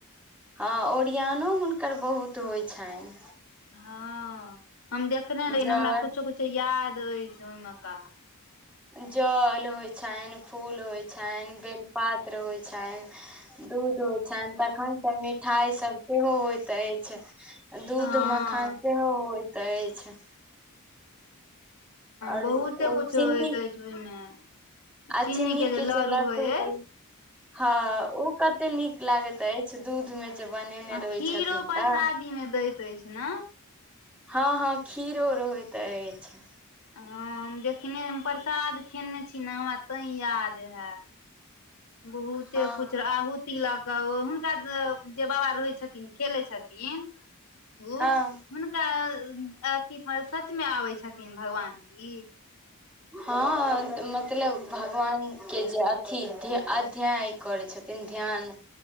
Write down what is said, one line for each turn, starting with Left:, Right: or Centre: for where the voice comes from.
Centre: हँ ओरियानो हुनकर बहुत होइ छनि
Left: हँ हम देखने रहि
Centre: जल
Left: हमरा कुछो कुछो याद दै छनि ओय्ह मका
Centre: जल होइ छनि फूल होइ छनि बेल पत्र होइ छ छनि दूध होइत छनि तखनसँ मिठाइ सभ सेहो होइत अछि दूध
Left: हँ
Centre: मखान सेहो होइत अछि आओर
Left: बहुते
Centre: ओ
Left: कुछ होयइत
Centre: चीन्नी
Left: अछि ओहिमे
Centre: आ
Left: चीन्नी
Centre: चिन्नी के
Left: लड़ू
Centre: जे लडडू
Left: होइ अछि
Centre: होई हँ ओ कते नीक लागैत अछि छ दूधमे जे बनेने
Left: आ
Centre: रहै
Left: खीरो
Centre: छथिन
Left: परसादी
Centre: तऽ
Left: मे दैत अछि ने
Centre: हँ हँ खीरो रहैत अछि
Left: हँ हम देखने हम प्रसाद खेने छी ने हमरा तैं याद हैय बहुते
Centre: हँ
Left: कुछ आहुति लग तऽ हुनका जे बाबा रहै छथिन खेलैत छथिन ओ
Centre: हँ
Left: हुनका अिथ सचमे आबै छथिन भगवान की
Centre: हँ मतलब भगवान के जा अथी ध्य अध्याय करै छथिन ध्यान